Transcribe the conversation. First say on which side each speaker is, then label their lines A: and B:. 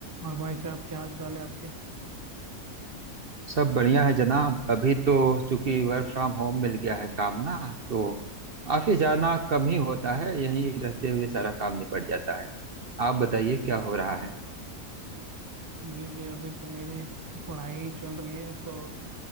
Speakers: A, on the right; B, on the right.
A: और भाई साहब क्या हाल चाल है आपके
B: सब बढ़िया है जनाब अभी तो चूंकि वर्क फ्रॉम होम मिल गया है काम ना तो ऑफिस जाना कम ही होता है यहीं रहते हुए सारा काम निपट जाता है आप बताइए क्या हो रहा है
A: जी जी अभी तो मेरी पढ़ाई ही चल रही है तो